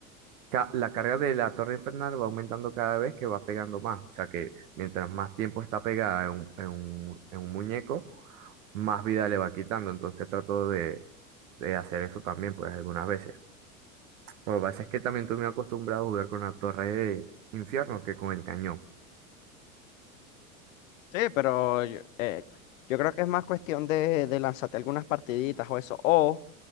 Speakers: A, on the right; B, on the left.
A: ca- la carga de la torre infernal va aumentando cada vez que va pegando más. O sea que mientras más tiempo está pegada en un, en un- en un muñeco, más vida le va quitando. Entonces trato de, de hacer eso también, pues algunas veces. Lo que pasa es que también estoy muy acostumbrado a jugar con la torre de infierno que con el cañón.
B: Sí, pero yo, eh, yo creo que es más cuestión de, de lanzarte algunas partiditas o eso, o